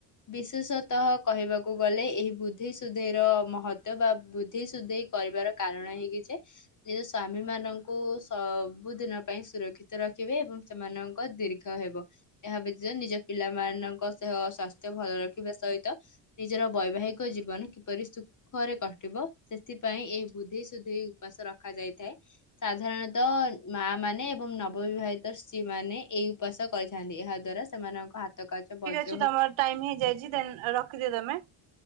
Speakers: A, on the left; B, on the right.
A: ବିଶେଷତଃ କହିବାକୁ ଗଲେ ଏହି ବୁଧେଇ ସୁଧେଇର ମହତ୍ୱ ବା ବୁଧେଇ ସୁଧେଇ କରିବାର କାରଣ ଏହି କି ଯେ ନିଜ ସ୍ଵାମୀ ମାନଙ୍କୁ ସବୁଦିନ ପାଇଁ ସୁରକ୍ଷିତ ରଖିବେ ଏବଂ ସେମାନଙ୍କ ଦୀର୍ଘ ହେବ ଏହା ବ୍ୟତୀତ ନିଜ ପିଲାମାନଙ୍କ ଦେହ ସ୍ୱାସ୍ଥ୍ୟ ଭଲ ରଖିବା ସହିତ ନିଜର ବୈବାହିକ ଜୀବନ କିପରି ସୁଖରେ କଟିବ ସେଥିପାଇଁ ଏହି ବୁଧେଇ ସୁଧେଇ ଉପାସ ରଖାଯାଇଥାଏ। ସାଧାରଣତଃ ମା ମାନେ ଏବଂ ନବବିବାହିତ ସ୍ତ୍ରୀ ମାନେ ଏଇ ଉପାସ କରିଥାନ୍ତି, ଏହା ଦ୍ଵାରା ସେମାନଙ୍କ ହାତ କାଚ ବଜ
B: <unintelligible> ତମର ଟାଇମ୍ ହେଇଯାଇଚି ଦେନ୍ ରଖିଦିଅ ତେମେ।